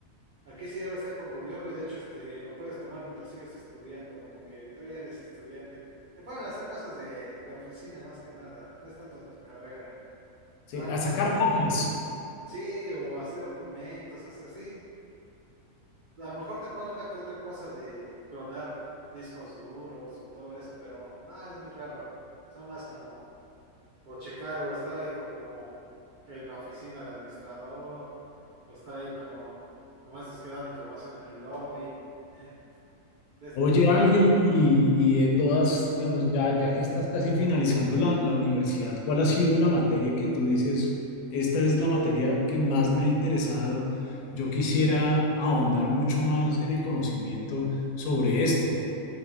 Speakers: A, on the right; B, on the left.
A: Aquí sí debe ser con gobierno y de hecho este, lo puedes tomar mientras sigues estudiando, como que todavía eres estudiante. Te ponen a hacer cosas de, de oficina más que nada, no es tanto de tu carrera.
B: Sí,
A: Al-
B: a sacar
A: al-
B: copias.
A: sí, o hacer documentos, hacer, sí. A lo mejor te ponen una que otra cosa de clonar discos duros o todo eso, pero nada es muy raro. Son más como, o checar, o estar ahí como en la oficina de administrador, o estar ahí como, como estos que dan información en el lobby. <laughs> de este
B: Oye,
A: tipo
B: Ángel,
A: de...
B: y, y de todas, digamos, ya, ya que estás casi finalizando la, la universidad, ¿cuál ha sido la materia que tú dices, esta es la materia que más me ha interesado? Yo quisiera ahondar mucho más en el conocimiento sobre esto.